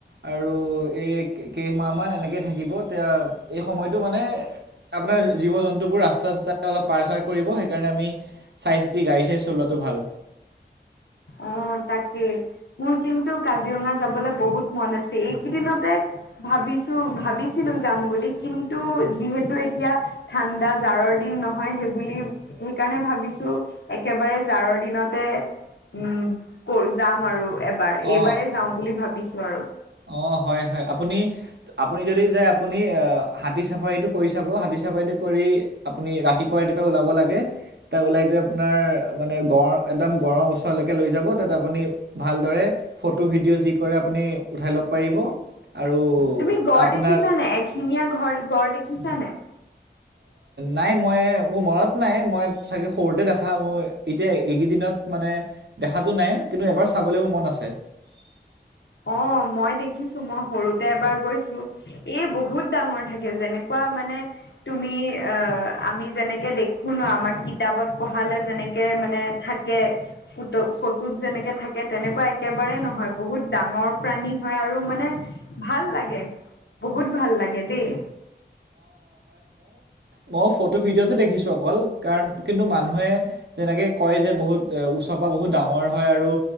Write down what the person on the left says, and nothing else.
অ তাকেই। মোৰ কিন্তু কাজিৰঙা যাবলৈ বহুত মন আছে এইকেইদিনতে ভাবিছো ভাবিছিলো যাম বুলি কিন্তু যিহেতু এতিয়া ঠাণ্ডা জাৰৰ দিন নহয় সেইবুলি সেইকাৰণে ভাবিছো একেবাৰে জাৰৰ দিনতে উম কৰ যাম আৰু এবাৰ
এইবাৰেই যাওঁ বুলি ভাবিছো আৰু
তুমি গড়
দেখিছা নাই, এক শিঙীয়া গৰ গড় দেখিচা নাই?
অ মই দেখিছো মই সৰুতে এবাৰ গৈছো এই বহুত ডাঙৰ থাকে যেনেকুৱা মানে তুমি অ আমি যেনেকে দেখো ন আমাৰ কিতাপত পঢ়ালে যেনেকে মানে থাকে ফটো ফটোত যেনেকে থাকে তেনেকুৱা একেবাৰেেই নহয় বহুত ডাঙৰ প্ৰাণী হয় আৰু মানে ভাল লাগে বহুত ভাল লাগে দেই